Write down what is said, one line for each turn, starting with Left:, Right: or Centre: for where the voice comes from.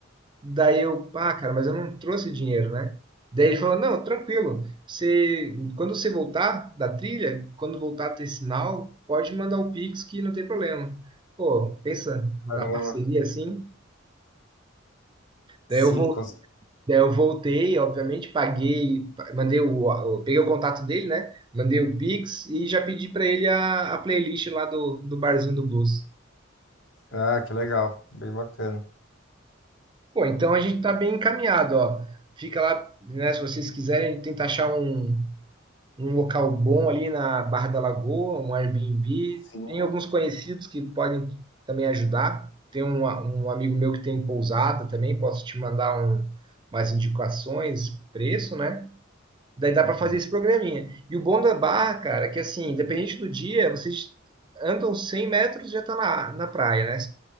Right: Daí eu, pá, cara, mas eu não trouxe dinheiro, né? Daí ele falou, não, tranquilo, você, quando você voltar da trilha, quando voltar a ter sinal, pode mandar o Pix que não tem problema. Pô, pensa na
Left: Caramba.
Right: parceria assim. Daí
Left: Cinco.
Right: eu vou Daí eu voltei, obviamente, paguei, pa- mandei o, o- peguei o contato dele, né? Mandei o Pix e já pedi para ele a, a playlist lá do, do Barzinho do Blues.
Left: Ah, que legal. Bem bacana.
Right: Pô, então a gente tá bem encaminhado, ó. Fica lá, né? Se vocês quiserem, tenta achar um, um local bom ali na Barra da Lagoa, um Airbnb.
Left: Sim.
Right: Tem alguns conhecidos que podem também ajudar. Tem um, a- um amigo meu que tem pousada também, posso te mandar um, umas indicações, preço, né? Daí dá
Left: Uhum.
Right: para fazer esse programinha. E o bom da barra, cara, é que assim, independente do dia, vocês andam 100 metros e já tá na, na praia, né?